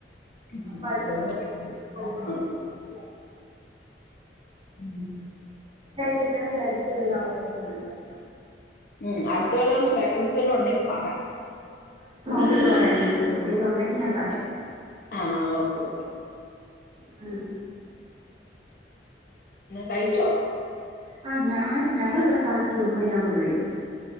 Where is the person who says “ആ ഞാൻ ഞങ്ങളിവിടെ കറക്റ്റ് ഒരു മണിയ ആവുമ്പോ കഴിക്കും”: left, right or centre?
Right